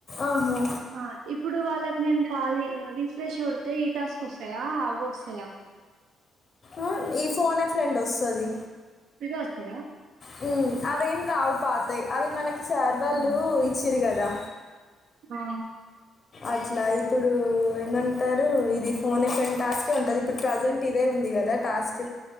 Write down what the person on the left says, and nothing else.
ఆహా
ఆ ఈ ఫోనే ఎ ఫ్రెండ్ వస్తాది
హ్మ్ అవేం రావు పాతాయ్ అవి మనకి సర్ వాళ్ళు
ఇచ్చిరు కదా
అట్లా ఇప్పుడు ఏమంటారు ఇది ఫోన్ ఎ ఫ్రెండ్ టాస్కే ఉంటది ఇప్పుడు ప్రజెంట్ ఇదే ఉంది కదా టాస్క్